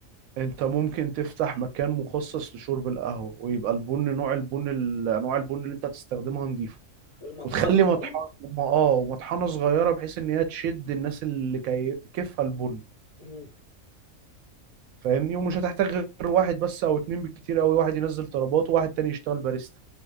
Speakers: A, on the right (about 85°); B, on the left (about 30°).
A: انت ممكن تفتح مكان مخصص لشرب القهوة ويبقى البن نوع البن ال- انواع البن اللي انت هتستخدمها نضيفة
B: ومطحنه
A: وتخلي مطحنه
B: برضو
A: اه مطحنه صغيره بحيث ان هي تشد الناس اللي كي... كيفها البن
B: مم.
A: فاهمني ومش هتحتاج غير واحد بس او اتنين بالكتير قوي واحد ينزل طلبات وواحد تاني يشتغل باريستا